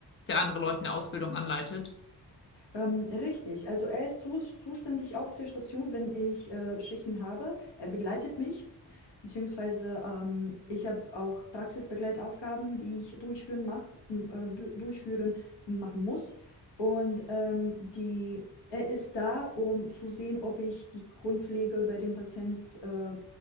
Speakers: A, on the left (about 30°); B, on the left (about 80°).
A: der andere Leute in der Ausbildung anleitet.
B: Ähm, richtig, also er ist zus zuständig auf der Station, wenn ich äh, Schichten habe. Er begleitet mich, beziehungsweise ähm, ich habe auch Praxisbegleitaufgaben, die ich durchführen, mach, m- äh, du durchführen machen muss. Und ähm, die, er ist da, um zu sehen, ob ich die Grundpflege bei dem Patient äh,